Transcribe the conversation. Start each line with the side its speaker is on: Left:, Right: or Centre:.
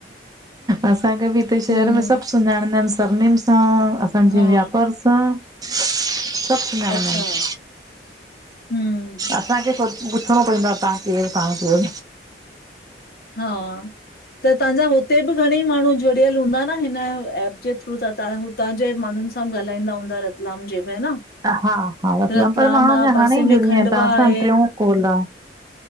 Right: असांखे बि हिते शहर
Left: हम्म,
Right: में सभु सुञांणींदा हिनि सभिनिन सां अस पंहिंजे़
Left: हा,
Right: व्यापार सां सभु सुञाणन्दा
Left: अच्छा,
Right: हिनि।
Left: हम्म,
Right: असांखे खुद पुछिणों पइंदो आ तहां केर तहां केर
Left: हा त तांजा हुते बि घणेई माण्हू जुड़ियल हूंदा न हिन एप जे थ्रू त तां। तां ज़े माण्हुन सां ॻाल्हाईंदा हूंदा रतलाम जे में है न।
Right: हा हा रत्ललाम
Left: रतलाम
Right: पर मां
Left: आ
Right: अञा
Left: पासे
Right: हाणे ई
Left: में
Right: जुड़ी
Left: खंडवा
Right: आयां तव्हांसां
Left: आहे
Right: ट्र्यूं कोल आ।